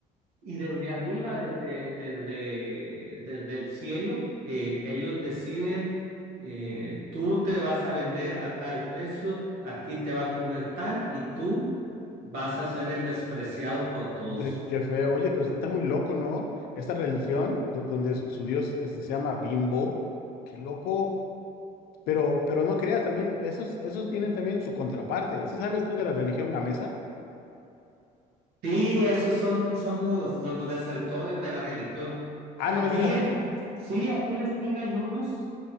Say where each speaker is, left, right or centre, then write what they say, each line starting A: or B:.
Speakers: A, on the right; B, on the left.
A: y desde arriba, desde, desde, desde el cielo, eh, ellos deciden, eh, tú te vas a vender a tal precio, a ti te va a comer tal y tú vas a ser el despreciado por todos.
B: <laughs> Qué feo. Oye, pero está muy loco, ¿no? Esta religión, do- donde su, su dios este, se llama Bimbo, qué loco. Pero, pero no creas, también, esos, esos tienen también su contraparte. ¿Sí sabes tú de la religión gamesa?
A: Sí, esos son, son los, los desertores de la religión.
B: Ah,
A: Aquí
B: no me digas.
A: en, sí, aquí en la esquina hay unos.